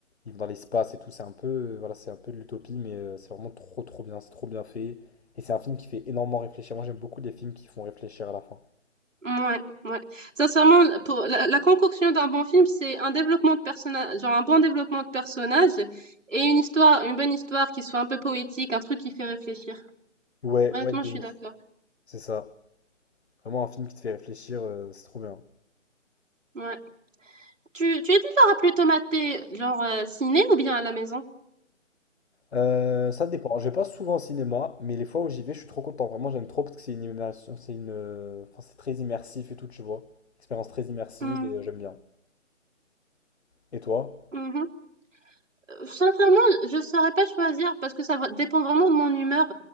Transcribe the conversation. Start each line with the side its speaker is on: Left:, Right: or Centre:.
Left: ils vont dans l'espace et tout. C'est un peu, euh, voilà, c'est un peu de l'utopie, mais euh, c'est vraiment trop, trop bien. C'est trop bien fait. Et c'est un film qui fait énormément réfléchir. Moi, j'aime beaucoup les films qui font réfléchir à la fin.
Right: Ouais, ouais. Sincèrement, pour la, la concoction d'un bon film, c'est un développement de personnage, genre un bon développement de personnage et une histoire, une bonne histoire qui soit un peu poétique, un truc qui fait réfléchir.
Left: Ouais,
Right: Honnêtement,
Left: ouais, de
Right: je suis
Left: ouf.
Right: d'accord.
Left: C'est ça. Vraiment un film qui te fait réfléchir. euh, c'est trop bien.
Right: Ouais. Tu, tu es du genre à plutôt mater, genre euh, ciné ou bien à la maison?
Left: Euh, ça dépend. Je vais pas souvent au cinéma, mais les fois où j'y vais, je suis trop content. Vraiment, j'aime trop parce que c'est une immersion, c'est une, euh, enfin, c'est très immersif et tout, tu vois. Expérience très immersive
Right: Hmm,
Left: et euh, j'aime bien. Et toi?
Right: mhm. Euh, Sincèrement, je saurais pas choisir parce que ça va- dépend vraiment de mon humeur.